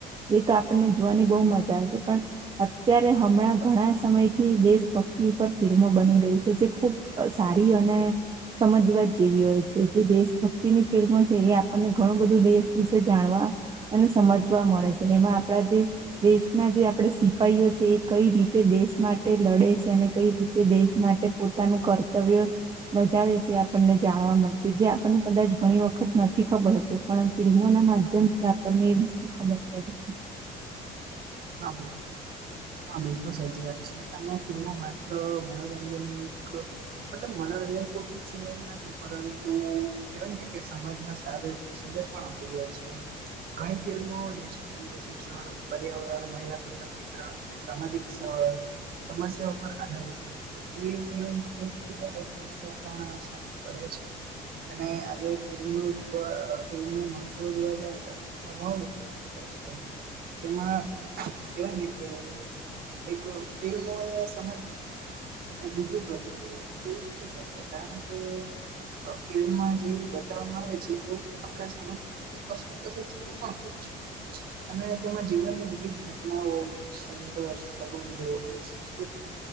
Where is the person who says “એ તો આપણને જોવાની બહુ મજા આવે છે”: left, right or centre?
Right